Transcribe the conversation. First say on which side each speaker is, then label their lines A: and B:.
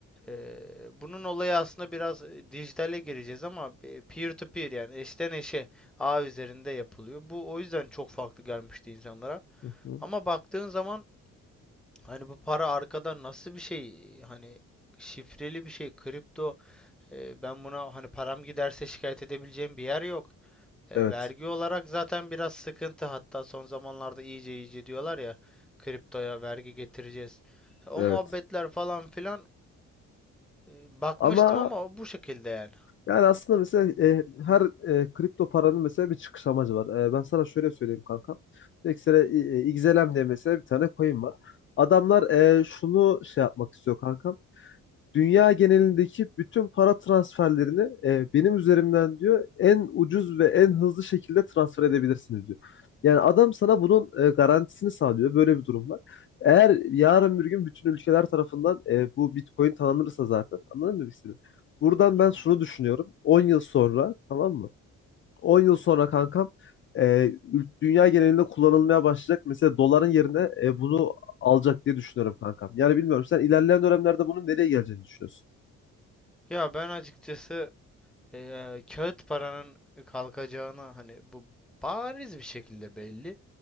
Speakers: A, in the centre; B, on the left (about 40°).
A: Ee, bunun olayı aslında biraz e, dijitale gireceğiz ama e, peer to peer yani eşten eşe ağ üzerinde yapılıyor. Bu o yüzden çok farklı gelmişti insanlara.
B: Hı hı.
A: Ama baktığın zaman Hani bu para arkada nasıl bir şey? Hani şifreli bir şey. Kripto. E, ben buna hani param giderse şikayet edebileceğim bir yer yok. E,
B: Evet.
A: vergi olarak zaten biraz sıkıntı. Hatta son zamanlarda iyice iyice diyorlar ya kriptoya vergi getireceğiz. E, o
B: Evet.
A: muhabbetler falan filan e, bakmıştım
B: Ama
A: ama bu şekilde yani.
B: yani aslında mesela e, her e, kripto paranın mesela bir çıkış amacı var. E, ben sana şöyle söyleyeyim kanka. Mesela e, e, XLM diye mesela bir tane coin var. Adamlar e, şunu şey yapmak istiyor kanka. dünya genelindeki bütün para transferlerini e, benim üzerimden diyor en ucuz ve en hızlı şekilde transfer edebilirsiniz diyor. Yani adam sana bunun e, garantisini sağlıyor. Böyle bir durum var. Eğer yarın bir gün bütün ülkeler tarafından e, bu Bitcoin tanınırsa zaten anladın mı birisini? Buradan
A: Hı
B: ben
A: hı.
B: şunu düşünüyorum. 10 yıl sonra tamam mı? 10 yıl sonra kankam e, ül- dünya genelinde kullanılmaya başlayacak. Mesela doların yerine e, bunu alacak diye düşünüyorum kankam. Yani bilmiyorum sen ilerleyen dönemlerde bunun nereye geleceğini düşünüyorsun?
A: Ya ben açıkçası e, kağıt paranın kalkacağına hani bu bariz bir şekilde belli.